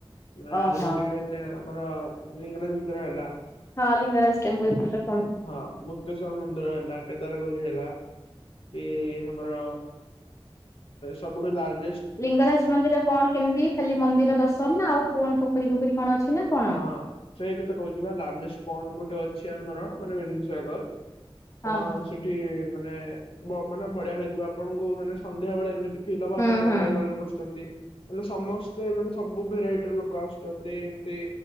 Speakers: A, on the left; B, on the left.
A: ନା
B: ଓହୋ
A: ଯେମତି କି ଆମର ଲିଙ୍ଗନାଜ ମନ୍ଦିର ହେଲା
B: ହଁ ଲିଙ୍ଗରାଜ ଟେମ୍ପଲ ଶୁଣି
A: ହଁ ମୁକ୍ତେଶ୍ଵର ମନ୍ଦିର ହେଲା କେଦାରଗୋଉରି ହେଲା ଏ ଆମର ସବୁଠୁ ଲାର୍ଜ
B: ଲିଙ୍ଗରାଜ ମନ୍ଦିର କଣ କେମିତି ଖାଲି ମନ୍ଦିର ଦର୍ଶନ ଆଉ କଣ ପୋଖରୀ ପୋଖରୀ କଣ ଅଛି ନା କଣ?
A: ହଁ ସେଇ କଥା କହୁଛିିବା ଲାର୍ଜେଷ୍ଟ ଗୋଟେ ଅଛି ଆମର ମାନେ ବିନ୍ଦୁସାଗର ଆପଣ
B: ହଁ
A: ସେଠି ମାନେ ମାନେ ବଢିଆ ଲାଗିବ ଆପଣଙ୍କୁ ମାନେ ସନ୍ଧ୍ୟା ବେଳେ ଏମିତି ଫିଲ ବା
B: ହୁଁ
A: ଆପଣ
B: ହୁଁ।
A: ଗଙ୍ଗାକୋଳରେ ବସିଛନ୍ତି। ମାନେ ସମସ୍ତେ ମାନେ ସବୁ ଭେରାଇଟିର ଲୋକ ଆସୁଛନ୍ତି ଏମତି